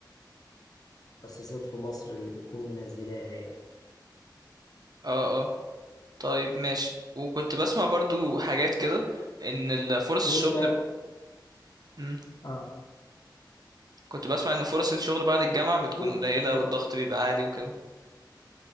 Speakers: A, on the left; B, on the right.
A: المؤسسات في مصر اللي بتكون منزلاها يعني
B: اه اه طيب ماشي وكنت بسمع برضو حاجات كده إن ال- فرص
A: وانت
B: الشغل مم.
A: اه
B: كنت بسمع إن فرص الشغل بعد الجامعة بتكون
A: قول
B: قليلة
A: اتفضل
B: والضغط بيبقى عالي وكده